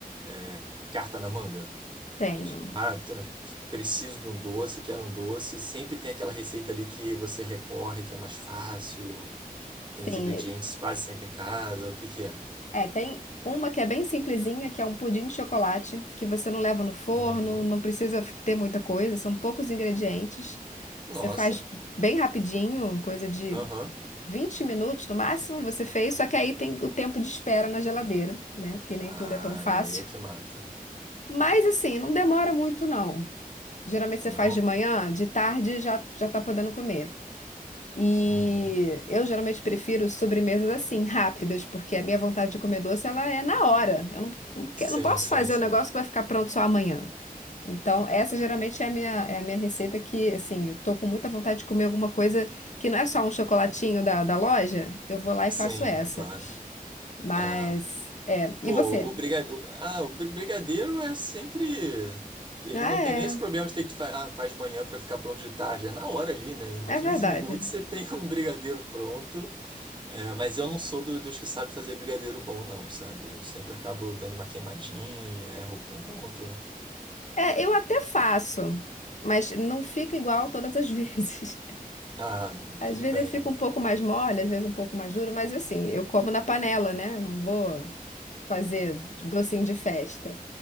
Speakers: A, on the right; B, on the left.
A: é, carta na manga?
B: Tenho.
A: Tipo, ah, tá- preciso de um doce, quero um doce. Sempre tem aquela receita ali que você recorre, que é mais fácil, tem
B: Tem,
A: os ingredientes quase sempre em casa. O que que é?
B: é, tem uma que é bem simplesinha, que é um pudim de chocolate, que você não leva no forno,
A: Uhum.
B: não precisa ter muita coisa, são poucos ingredientes.
A: Nossa.
B: Você faz bem rapidinho, coisa de
A: Aham.
B: 20 minutos no máximo você fez, só que aí tem o tempo de espera na geladeira, né? Porque nem
A: Ai,
B: tudo é tão fácil.
A: aí é que mata.
B: Mas assim, não demora muito não. Geralmente
A: Não?
B: você faz de manhã, de tarde já já tá podendo comer. E
A: Uhum.
B: eu geralmente prefiro sobremesas assim, rápidas, porque a minha vontade de comer doce ela é na hora. Eu não, não, que-
A: Sim,
B: não posso
A: sim,
B: fazer
A: sim.
B: um negócio que vai ficar pronto só amanhã. Então, essa geralmente é a minha, é a minha receita que, assim, eu tô com muita vontade de comer alguma coisa que não é só um chocolatinho da, da loja. Eu vou lá e
A: Sim,
B: faço essa.
A: claro.
B: Mas,
A: É,
B: é. E
A: pô,
B: você?
A: o brigadeiro. Ah, o bri- brigadeiro é sempre. Ele
B: Ah,
A: não tem
B: é.
A: nem esse problema de ter que fa... ah, faz de manhã pra ficar pronto de tarde. É na hora ali, né? Em
B: É
A: 15
B: verdade.
A: minutos você tem <laughs> um brigadeiro pronto. É, mas eu não sou do- dos que sabe fazer brigadeiro bom, não, sabe? Eu sempre acabo dando uma queimadinha, erro o ponto.
B: É, eu até faço, mas não fica igual todas as <laughs> vezes.
A: Ah,
B: Às
A: tudo
B: vezes
A: bem.
B: ele fica um pouco mais mole, às vezes um pouco mais duro, mas assim, eu como na panela, né? Eu Não vou fazer docinho de festa.